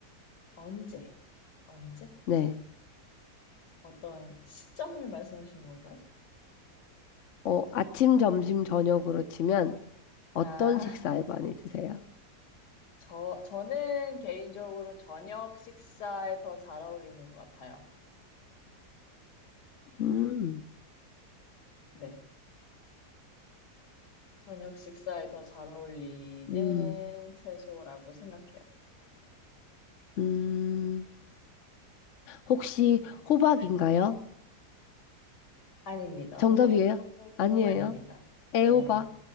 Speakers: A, on the left (about 80°); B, on the left (about 55°).
A: 언제? 언제?
B: 네.
A: 어떤 시점을 말씀하시는 건가요?
B: 어, 아침, 점심, 저녁으로 치면 어떤
A: 아,
B: 식사에 많이 드세요?
A: <laughs> 저, 저는 개인적으로 저녁 식사에 더 잘 어울리는 것 같아요.
B: 음,
A: 네. 저녁 식사에 더 잘 어울리는
B: 음,
A: 채소라고 생각해요.
B: 음. 혹시
A: 질문.
B: 호박인가요?
A: 네. 아닙니다.
B: 정답이에요?
A: 호박도
B: 아니에요?
A: 아닙니다.
B: 애호박?
A: 네,